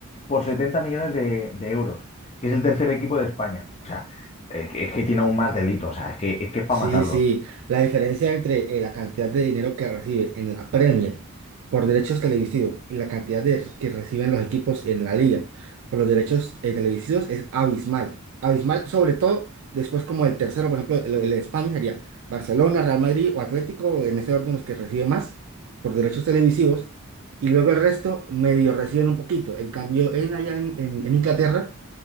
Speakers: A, on the left; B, on the right.
A: por 70 millones de, de euros, que es el tercer equipo de España. O sea, es que, es que tiene aún más delitos, o sea, es que es que para
B: Sí,
A: matarlos.
B: sí, la diferencia entre eh, la cantidad de dinero que recibe en la Premier por derechos televisivos y la cantidad de, que reciben los equipos en la liga por los derechos eh, televisivos es abismal. Abismal, sobre todo después como el tercero, por ejemplo, el, el de España sería Barcelona, Real Madrid o Atlético, en ese orden los que recibe más por derechos televisivos y luego el resto medio reciben un poquito. En cambio, en allá en en- en Inglaterra,